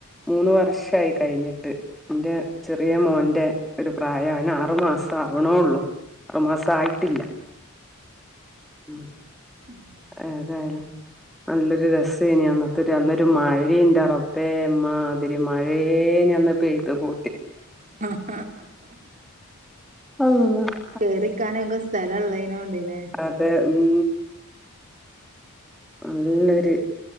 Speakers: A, in the centre; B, on the right (about 35°).
A: മൂന്ന് വർഷായി കഴിഞ്ഞിട്ട് ന്റെ ചെറ്യേ മോന്റെ ഒരു പ്രായ അവന് ആറു മാസ ആവണോള്ളൂ അറ മാസ ആയിട്ടില്ല ഉം
B: ഉം
A: ഏതായാലും നല്ലൊരു രസയ്നി അന്നത്ത അന്നൊരു മഴി ന്റെ റബ്ബേ മ്മാതിരി മഴേനി പെയ്ത പോ
B: <unintelligible>
A: അല്ലാഹ്
B: <inaudible> കേറി ക്കാനൊക്കെ സ്ഥലം ഉള്ളയ്നോണ്ട്ല്ലേ
A: അതെ ഉം നല്ലൊരു